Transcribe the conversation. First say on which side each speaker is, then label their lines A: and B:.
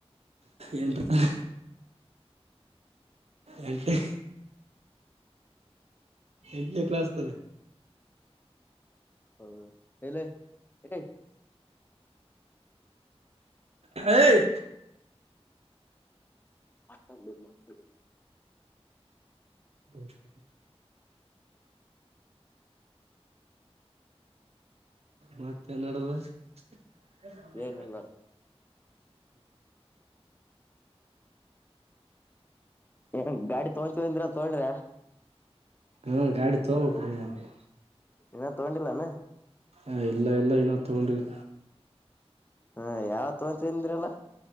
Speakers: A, on the right; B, on the left.
A: ಎಂಟ್ ರೂಪಾಯಿ ಎಂಟು ಎಂಟ್ನೆ ಕ್ಲಾಸ್ ತಾನೇ
B: ಹೌದು ಹೇಲೆ ಹೆ
A: ಏಯ್
B: ಅಷ್ಟೊಂದು ಇದ್ ಮಾಡ್ತಾರೆ
A: ಎಷ್ಟು ಮತ್ತೆೇ ನಡದು ಹ್ಮ
B: ಏನಿಲ್ಲ ಏನ್ ಗಾಡಿ ತೋಕೊಂತಿನಿ ಅಂದ್ರ ತಗೊಂಡ್ರ
A: ಹ್ಮ ಗಾಡಿ ತಕೊ ಬೇಕ್ಲೆ ಪ
B: ಇನ್ನ ತಗೊಂಡಿಲ್ಲಾನ
A: ಹ ಇಲ್ಲ ಇಲ್ಲ ಇನ್ನು ತಗೊಂಡಿಲ್ಲ
B: ಹ್ಮ ಯಾವ ತಕೊಂತೀವಿ ಅಂದ್ರಲ್ಲ